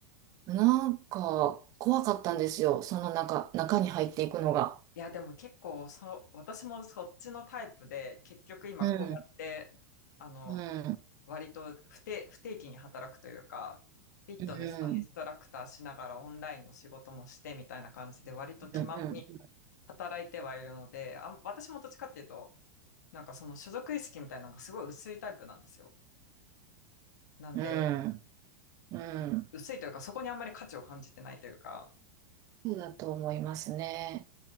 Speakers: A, on the right; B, on the left.
A: なんか、怖かったんですよ。その中、中に入っていくのが。
B: いや、でも結構、そう、私もそっちのタイプで、結局今こうやって、
A: うん、
B: あの、
A: うん、
B: 割と不定、不定期に働くというか、フィットネスのインストラクターしながらオンラインの仕事もしてみたいな感じで、
A: うん、
B: 割と気ままに
A: うん、
B: 働いてはいるので、あん、私もどっちかっていうと、なんかその所属意識みたいなのがすごい薄いタイプなんですよ。なんで、
A: うん、うん。
B: 薄いというか、そこにあんまり価値を感じてないというか、
A: そうだと思いますね。